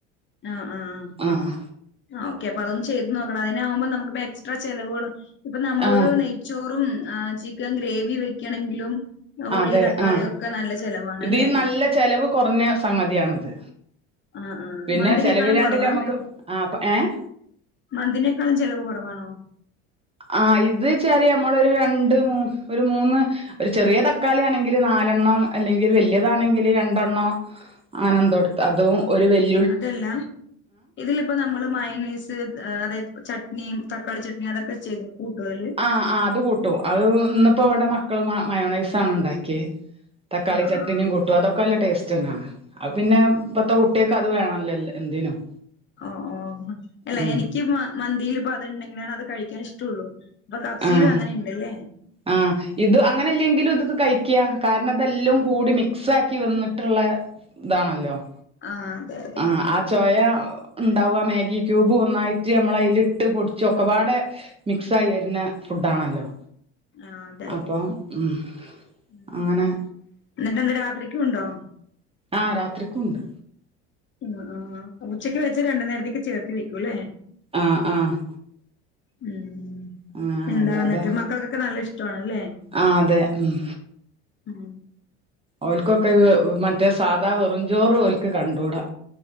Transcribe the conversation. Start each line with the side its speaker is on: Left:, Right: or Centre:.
Left: ആഹ് ആഹ്.
Right: ആഹ്.
Left: ആഹ് ഓക്കെപ്പതൊന്ന് ചെയ്ത് നോക്കണം അതിനാവുമ്പോ നമുക്ക്പ്പോ എക്സ്ട്രാ ചെലവുകള് ഇപ്പോ നമ്മളിപ്പോ
Right: ആഹ്
Left: ചോറും ചിക്കൻ ഗ്രേവി വെയ്ക്കണെങ്കിലും ഉള്ളി,
Right: അതെ
Left: തക്കാളി
Right: ആഹ്
Left: ഒക്കെ നല്ല ചെലവാണല്ലേ?
Right: ഇത് നല്ല ചെലവ് കൊറഞ്ഞ സംഗതി ആണത്.
Left: ആ ആ
Right: പിന്നെ
Left: മന്തിനേക്കാളും
Right: ചെലവിലാട്ടില്
Left: കൊറവാ
Right: അമ്മക്ക് ആഹ് ഏഹ്?
Left: മന്തിനേക്കാളും ചെലവ് കുറവാണോ?
Right: ആഹ് ഇത് വെച്ചാല് നമ്മള് ഒരു രണ്ട് മ ഒരു മൂന്ന്- ഒരു ചെറിയ തക്കളി ആണെങ്കില് നാലെണ്ണം അല്ലെങ്കിൽ വലിയതാണെങ്കില് രണ്ടെണ്ണം. ആനന്തോടത്ത് അതും ഒരു വല
Left: അതല്ല ഇതില്- ഇപ്പൊ നമ്മള് മയനീസ് അതായത് ചട്നിയ തക്കാളി ചട്നിയ അതൊക്കെ ചെയ്തു കൂട്ടതല്-
Right: ആഹ് ആഹ് അത് കൂട്ടും അത് ഇന്നിപ്പോ ഇവിടെ മക്കള് മയോണൈസ് ആണ് ഉണ്ടാക്കിയ- തക്കാളി
Left: ആഹ്
Right: ചട്ടിനിം
Left: ആഹ്
Right: കൂട്ടും അതൊക്കെ നല്ല ടേസ്റ്റ് തന്നാണ് ആഹ് പിന്നെ ഇപ്പത്തെ കുട്ടിയ അത് വേണല്ലോ എന്തിനും-
Left: ഓ ഓ അല്ല
Right: ഉം
Left: എനിക്ക് മന്തിൽ ഇപ്പ അത്ണ്ടെങ്കിലാണ് അത് കഴിക്കാൻ ഇഷ്ടള്ളു. ഇപ്പൊ കബ്സലും
Right: ആഹ്
Left: അങ്ങനെയുണ്ടല്ലേ
Right: ആഹ് ഇത് അങ്ങനെല്ലെങ്കിലും ഇത്ത് കഴിക്കുക കാരണം അതെല്ലാം കൂടി മിക്സ് ആക്കി വന്നിട്ടുള്ള ഇതാണല്ലോ-
Left: ആഹ് അതെ-
Right: ആഹ് ചോയ ഉണ്ടാവുക മാഗി ക്യൂബ് ഒന്നായിട്ട് നമ്മള് അതിലിട്ട് പൊടിച്ച് ഒക്കെപാട് മിക്സയി വരുന്ന ഫുഡ്‌ ആണല്ലോ?
Left: ആഹ് അതെ
Right: അപ്പൊ
Left: അതെ
Right: ഉം
Left: ഉം
Right: അങ്ങനെ-
Left: എന്നിട്ട് ഇന്ന് രാത്രിക്കും ഉണ്ടോ?
Right: ആഹ് രാത്രിക്കുണ്ട്.
Left: ഉം ആഹ് ഉച്ചക്ക് വെച്ച് രണ്ടു നേരത്തേക്ക് ചേർത്തി വെക്കും അല്ലേ?
Right: ആഹ് ആഹ്-
Left: ഉം
Right: അങ്ങനെയാണ്
Left: എന്താണെന്നിട്ട്
Right: അല്ലാതെ
Left: മക്കൾക്കൊക്കെ നല്ല ഇഷ്ടണല്ലേ?
Right: ആഹ് അതെ ഉം.
Left: ഉം
Right: ഓൽക്കൊക്കെ മറ്റേ സാധാ വെറുചോറ് ഓൽക്ക് കണ്ടൂടാ